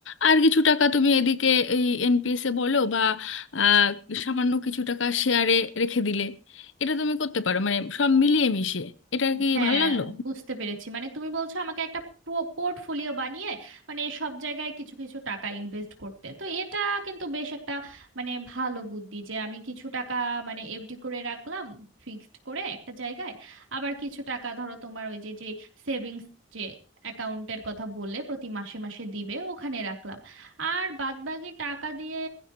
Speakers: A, on the left (about 70°); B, on the right (about 85°).
A: আর কিছু টাকা তুমি এদিকে এই এনপিএসে বলো বা আহ, সামান্য কিছু টাকা শেয়ারে রেখে দিলে এটা তুমি করতে পারো মানে সব মিলিয়ে মিশিয়ে এটা কি
B: হ্যাঁ
A: ভালো লাগলো
B: বুঝতে পেরেছি মানে তুমি বলছো আমাকে একটা পোর্টফোলিও বানিয়ে মানে সব জায়গায় কিছু কিছু টাকা ইনভেস্ট করতে তো এটা কিন্তু বেশ একটা মানে ভালো বুদ্ধি যে আমি কিছু টাকা মানে এফডি করে রাখলাম ফিক্সড করে একটা জায়গায় আবার কিছু টাকা ধরো তোমার ওই যে যে সেভিংস যে অ্যাকাউন্টের কথা বললে প্রতি মাসে মাসে দিবে ওখানে রাখলাম আর বাদবাকি টাকা দিয়ে